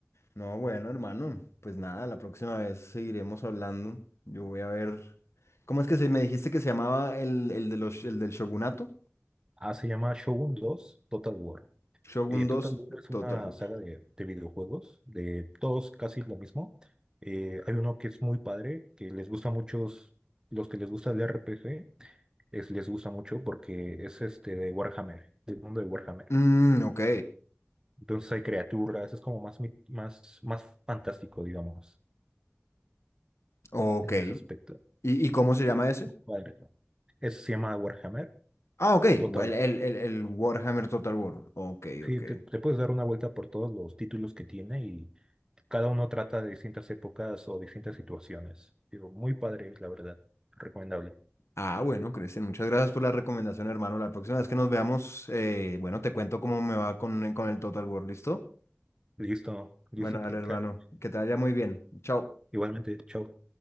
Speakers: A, on the left; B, on the right.
A: no, bueno, hermano, pues nada, la próxima vez seguiremos hablando. Yo voy a ver. ¿Cómo es que se me dijiste que se llamaba el, el de los, el del Shogunato?
B: Ah, se llama Shogun 2 Total War.
A: Shogun
B: Eh, Total
A: dos
B: War es una
A: Total War.
B: saga de, de videojuegos, de todos casi lo mismo. Eh, hay uno que es muy padre, que les gusta a muchos los que les gusta el RPG, es, les gusta mucho porque es este de Warhammer, del mundo de Warhammer.
A: Mm, ok.
B: Entonces hay criaturas, es como más, mit- más, más fantástico, digamos,
A: Ok.
B: en
A: ¿Y,
B: ese aspecto.
A: y cómo se llama ese?
B: Padre, ¿no? Eso se llama Warhammer
A: Ah, ok. El,
B: Total War.
A: el, el, el Warhammer Total War. Ok,
B: Sí,
A: ok.
B: te, te puedes dar una vuelta por todos los títulos que tiene y cada uno trata de distintas épocas o distintas situaciones. Digo, muy padre es la verdad, recomendable.
A: Ah, bueno, Cristian, muchas gracias por la recomendación, hermano. La próxima vez que nos veamos, eh, bueno, te cuento cómo me va con, con el Total War, ¿listo?
B: Listo, listo,
A: Bueno, dale,
B: que-
A: hermano.
B: claro.
A: Que te vaya muy bien. Chao.
B: Igualmente, chao.